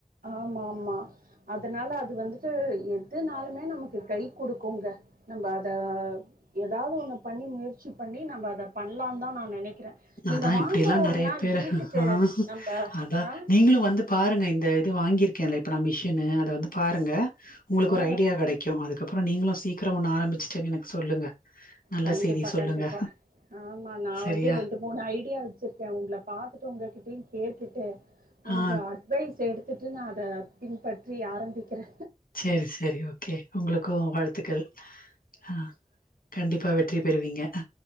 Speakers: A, on the right; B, on the left.
A: ஆமா ஆமா அதனால அது வந்துட்டு எதுனாலுமே நமக்கு கை குடுக்குங்க நம்ப அத ஏதாவது ஒண்ணு பண்ணி முயற்சி பண்ணி நம்ம அத பண்லா தா நா நெனைக்கிற நீங்க
B: அதா
A: வாங்க
B: இப்டியெல்லா
A: ஒரு
B: நெறைய
A: நாள்
B: பேரு
A: வீட்டுக்கு
B: ஆ
A: நம்ப
B: அதா
A: ஆ
B: நீங்களு வந்து பாருங்க இந்த இது வாங்கியிருக்கேல இப்ப நா மிஷினு அத வந்து பாருங்க உங்களுக்கு
A: ஆ
B: ஒரு ஐடியா கெடைக்கும் அதுக்கப்புற நீங்களு சீக்கிர ஒண்ணு ஆரம்பிச்சுட்டேன்னு எனக்கு சொல்லுங்க நல்ல
A: கண்டிப்பா
B: செய்தி சொல்லுங்க
A: கண்டிப்பா ஆமா நா
B: சரியா
A: வந்து ரெண்டு மூணு ஐடியா வச்சிருக்கே உங்கள பாத்துட்டு உங்ககிட்டயு கேட்டுட்டு உங்க
B: ஆ
A: அ அட்வைஸ் எடுத்துட்டு நா அத பின்பற்றி ஆரம்பிக்கிறே
B: செரி செரி ஓகே உங்களுக்கும் வாழ்த்துக்கள் ஆ கண்டிப்பா வெற்றி பெறுவீங்க